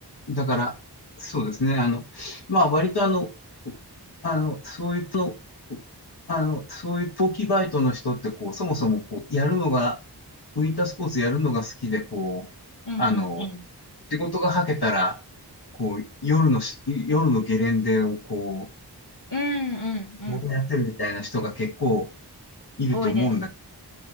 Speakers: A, on the left; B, on the left.
A: だから、そうですね。あの、まあ、割とあの、あの、そういうと、あの、そういう冬季バイトの人って、こう、そもそも、こう、やるのが、ウィンタースポーツやるのが好きで、こう、
B: うんうんうん。
A: あの、仕事がはけたら、こう、夜のし、夜のゲレンデを、こ
B: うんうんうん。
A: う、ボやってるみたいな人が結構いると思うんだけ
B: 多いです。